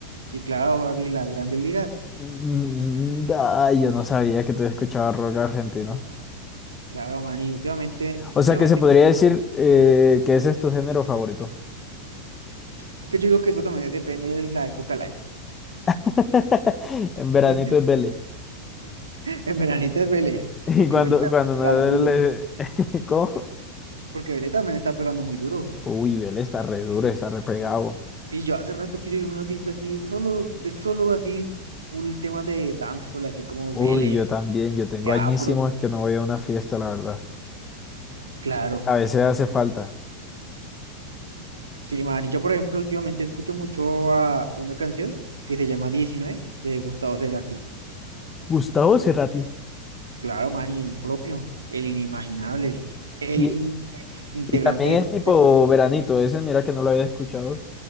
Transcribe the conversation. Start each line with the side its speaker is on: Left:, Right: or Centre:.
Right: Sí, claro, baby, las grandes ligas.
Left: Mm, ah, yo no sabía que tú escuchabas rock argentino.
Right: Claro, man, y últimamente, últimamente
Left: O sea que se podría
Right: como,
Left: decir eh, que ese es tu género favorito.
Right: es que yo digo que eso también depende de la época del año.
Left: <laughs> En veranito
Right: <laughs>
Left: es Vélez.
Right: En veranito es Vélez,
Left: <laughs> Y
Right: porque
Left: cuando,
Right: Vélez también
Left: cuando no
Right: pega duro,
Left: le... <laughs> ¿Cómo?
Right: porque Vélez también está pegando muy duro.
Left: Uy, Vélez está re duro, está re pegado.
Right: Y yo hace rato quiero ir a una fiesta así, solo, de solo así, full temas de dancehall, así como
Left: Uy,
Right: Vélez,
Left: yo también, yo tengo
Right: de afro.
Left: añísimos que no voy a una fiesta, la verdad.
Right: Claro,
Left: A veces hace falta.
Right: sí, man. Y yo, por ejemplo, últimamente escucho mucho a, a una canción que se llama 19 de Gustavo Cerati.
Left: Gustavo Cerati.
Right: Claro, man, y el propio, el inimaginable, el
Left: Y,
Right: in- integrante
Left: y también
Right: de
Left: es
Right: su aspecto.
Left: tipo veranito, ese mira que no lo había escuchado.